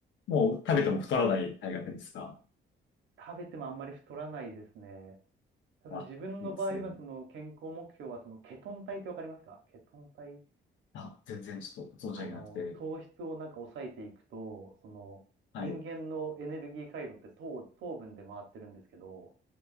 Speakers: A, on the left; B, on the right.
A: もう食べても太らない大河ですか。
B: 食べてもあんまり太らないですね。ただ自分の場合は、
A: まあ、いいですね。
B: その健康目標は、そのケトン体ってわかりますかケトン体。
A: あ、全然ちょっと存じ上げなくて。
B: あの、糖質をなんか抑えていくと、その、
A: はい、
B: 人間のエネルギー回路って糖、糖分で回ってるんですけど、